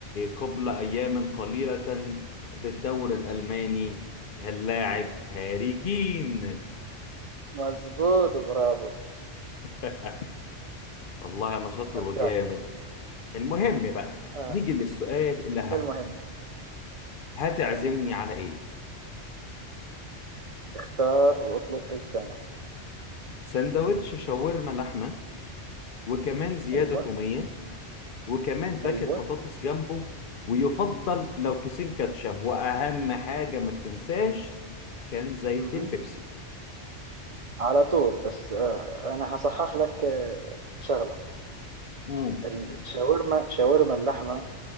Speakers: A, on the left (about 55°); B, on the right (about 70°).
A: قبل أيام قليلة بالدوري الألماني اللاعب هاري كين
B: مظبوط برافو
A: <laughs> والله أنا شاطر
B: ابدعت
A: وجامد المهم بقى
B: آه
A: نيجي للسؤال الأهم
B: المهم
A: هتعزمني
B: الاهم
A: على إيه؟
B: اختار واطلب بلسانك
A: سندوتش شاورما لحمة وكمان زيادة
B: ايوه
A: تومية وكمان باكت
B: ايوه
A: بطاطس جنبه ويفضل لو كيسين كاتشب وأهم حاجة ما تنساش كان زيت
B: مم.
A: البيبسي
B: على طول بس آه انا هصحح لك آه شغلة
A: مم.
B: الشاورما شاورما اللحمة